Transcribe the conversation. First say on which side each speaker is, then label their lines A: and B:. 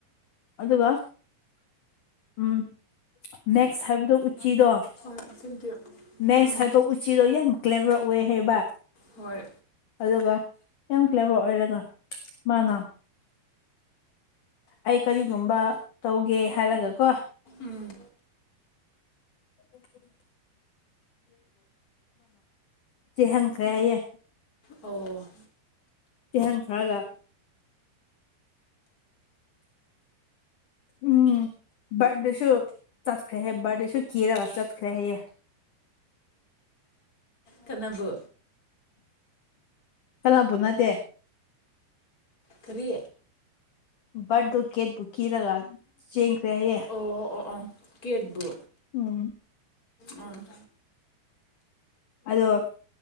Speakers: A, on the left; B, on the left.
A: ꯑꯗꯨꯒ ꯎꯝ ꯃꯦꯛꯁ ꯍꯥꯏꯕꯗꯣ ꯎꯆꯤꯗꯣ
B: ꯍꯣꯏ ꯊꯦꯡꯀ꯭ꯌꯨ
A: ꯃꯦꯛꯁ
B: ꯎꯝ
A: ꯍꯥꯏꯕ ꯎꯆꯤꯗꯣ ꯌꯥꯝ ꯐ꯭ꯂꯦꯚꯔ ꯑꯣꯏ ꯍꯥꯏꯕ
B: ꯍꯣꯏ
A: ꯑꯗꯨꯒ ꯌꯥꯝ ꯐ꯭ꯂꯦꯚꯔ ꯑꯣꯏꯔꯒ ꯃꯥꯅ ꯑꯩ ꯀꯔꯤꯒꯨꯝꯕ ꯇꯧꯒꯦ ꯍꯥꯏꯔꯒꯀꯣ
B: ꯎꯝ
A: ꯎ <unintelligible> ꯆꯦꯍꯟꯈ꯭ꯔꯦ ꯍꯥꯏꯌꯦ
B: ꯑꯣ
A: ꯍꯪ ꯈꯔꯒ ꯎꯝ ꯕꯥꯔꯗꯁꯨ ꯆꯠꯈꯔꯦꯍꯦ ꯕꯔꯗꯁꯨ ꯀꯤꯔ ꯆꯠꯈꯔꯦꯌꯦ
B: ꯀꯅꯥꯕꯨ
A: ꯀꯅꯥꯕꯨ ꯅꯠꯇꯦ
B: ꯀꯔꯤ
A: ꯕꯥꯔꯠ ꯗꯣ ꯀꯦꯠꯄꯨ ꯀꯤꯔꯒ ꯆꯦꯟꯈ꯭ꯔꯦ ꯍꯥꯏꯌꯦ
B: ꯑꯣ ꯑꯣ ꯑꯣ ꯀꯦꯠꯕꯨ
A: ꯎꯝ
B: ꯎꯝ
A: ꯑꯗꯣ